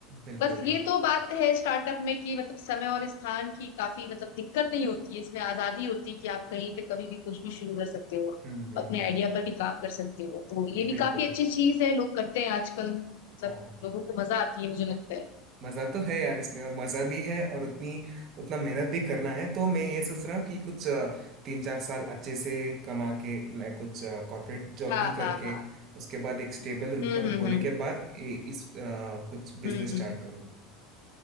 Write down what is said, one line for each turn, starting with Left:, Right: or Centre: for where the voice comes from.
Right: बिल्कुल
Left: बस ये
Right: यार
Left: तो बात है स्टार्टअप में कि मतलब समय और स्थान की काफी मतलब दिक्कत नहीं होती है इसमें आजादी होती है कि आप कहीं पे कभी भी कुछ भी शुरू कर सकते हो
Right: हम्म हम्म
Left: अपने
Right: हम्म,
Left: आइडिया पर भी काम कर सकते हो तो ये भी
Right: बिल्कुल
Left: काफी
Right: यार
Left: अच्छी चीज है लोग करते हैं आजकल मतलब
Right: हाँ
Left: लोगों को मजा आती है मुझे लगता है
Right: मजा तो है यार इसमें और मजा भी है और उतनी उतना मेहनत भी करना है तो मैं ये सोच रहा हूँ कि कुछ अ, तीन चार साल अच्छे से कमा के मैं कुछ कॉर्पोरेट जॉब
Left: हाँ
Right: भी करके
Left: हाँ हाँ
Right: उसके बाद एक स्टेबल इनकम
Left: हम्म हम्म
Right: होने
Left: हम्म
Right: के बाद इ- इस अ, कुछ बिजनेस
Left: हम्म हम्म
Right: स्टार्ट करूँ